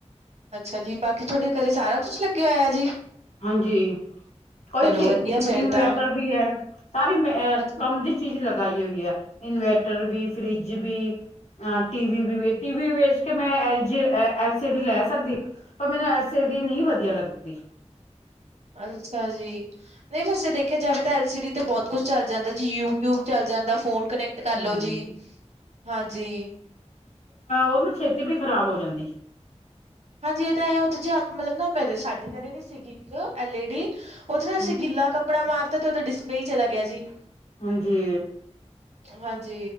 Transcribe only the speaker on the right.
ਅੱਛਾ ਜੀ, ਬਾਕੀ ਤੁਹਾਡੇ ਘਰੇ ਸਾਰਾ ਕੁਛ ਲੱਗਿਆ ਹੋਇਆ ਜੀ।
ਚਲੋ
ਵਧੀਆ ਫੇਰ
ਤਾਂ
ਅੱਛਾ
ਅੱਛਾ ਜੀ। ਨਈ ਵੈਸੇ ਦੇਖਿਆ ਜਾਵੇ ਤਾਂ ਐਲ ਸੀ ਡੀ ਤੇ ਬਹੁਤ ਕੁਛ ਚਲ ਜਾਂਦਾ ਜੀ ਯੂਟਊਬ ਚਲ ਜਾਂਦਾ ਫੋਨ ਕਨੈਕ ਟ ਕਰਲੋ
ਜੀ ਹਾਂਜੀ।
ਹਾਂਜੀ, ਇਹ ਤਾਂ ਐ ਓ ਤਾਂ ਜੇ ਮਤਲਬ ਨਾ ਮੇਰੇ ਸਾਡੇ ਘਰੇ ਵੀ ਸੀਗੀ ਇੱਕ ਐਲ ਈ ਡੀ। ਓ ਤੇ ਨਾ ਅਸੀਂ
ਗਿੱਲਾ ਕੱਪੜਾ ਮਾਰਤਾ ਤੇ ਓਦਾਂ ਡਿਸਪਲੇ ਈ ਚਲਾ ਗਿਆ ਜੀ।
ਹਾਂਜੀ।